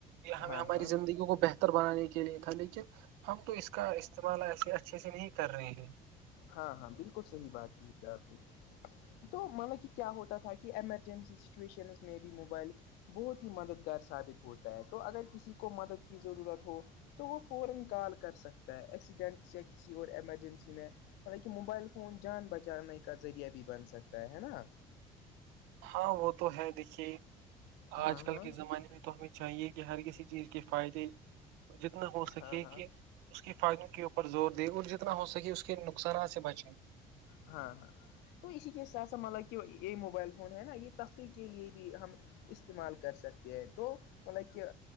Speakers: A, on the right (about 75°); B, on the left (about 70°).
A: یہ ہمیں
B: ہاں
A: ہماری
B: ہاں
A: زندگی کو بہ کروانے کے لیے تھا لیکن ہم تو اس کا استعمال ایسے اچھے سے نہیں کر رہے ہیں
B: ہاں ہاں بالکل صحیح بات کی ہے آپ نے تو مطلب کہ کیا ہوتا تھا کہ ایمرجنسی سچویشنز میں بھی موبائل بہت ہی مددگار ثابت ہوتا ہے تو اگر کسی کو مدد کی ضرورت ہو تو وہ فورن کال کر سکتا ہے ایکسیڈنٹ یا کسی اور ایمرجنسی میں ہاں لیکن موبائل فون جان بچانے کا ذریعہ بھی بن سکتا ہے ہے نا
A: ہاں وہ تو ہے دیکھیے
B: ہاں
A: آج کل
B: ہاں
A: کے زمانے میں تو ہمیں چاہیے کہ ہر کسی چیز کے فائدے جتنا ہو سکے
B: ہاں ہاں
A: کہ اس کی فائدوں کے اوپر زور دے اور جتنا ہو سکے اس کے نقصانات سے بچے
B: ہاں ہاں تو اسی کے س ساتھ مطلب کہ یہ موبائل فون ہے نا یہ تفریح کے لیے بھی ہم استعمال کر سکتے ہیں تو مطلب کیا